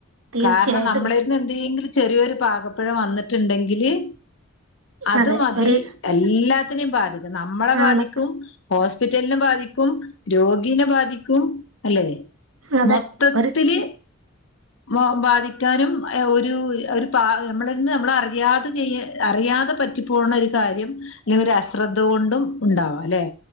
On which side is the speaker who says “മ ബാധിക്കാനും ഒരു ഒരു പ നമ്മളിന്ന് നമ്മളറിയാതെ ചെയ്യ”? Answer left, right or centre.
Left